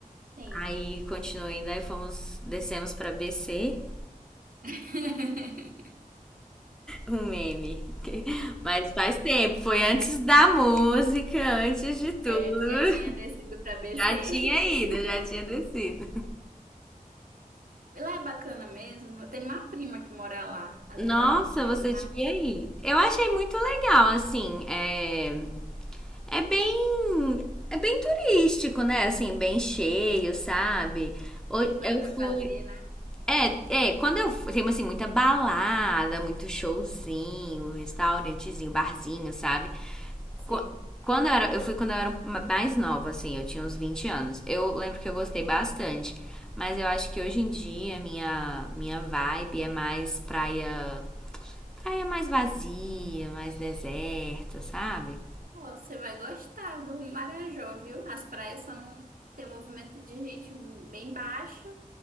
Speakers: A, on the right (about 70°); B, in the centre.
A: Sim.
B: Aí continuou indo, aí fomos, descemos pra BC,
A: <laughs>
B: Um meme. <laughs> Mas faz tempo, foi antes da música, antes de tudo.
A: É, já tinha descido para BC.
B: Já tinha
A: <laughs>
B: ido, já tinha descido.
A: Lá é bacana mesmo. Eu tenho uma prima que mora lá. Às
B: Nossa,
A: vezes ela me chama.
B: você devia ir. Eu achei muito legal, assim, é, é bem, é bem turístico, né? Assim, bem cheio, sabe? Ho-
A: Tem coisa
B: Eu
A: pra fazer,
B: fui,
A: né?
B: É, é, quando eu tenho assim muita balada, muito showzinho, restaurantezinho, barzinho, sabe?
A: Sei.
B: Qu- Quando eu era, eu fui quando eu era mais nova, assim, eu tinha uns 20 anos. Eu lembro que eu gostei bastante, mas eu acho que hoje em dia minha minha vibe é mais praia, praia mais vazia, mais deserta, sabe?
A: Pô, Você vai gostar do Marajó, viu? As praias são. Tem um movimento de gente bem baixo.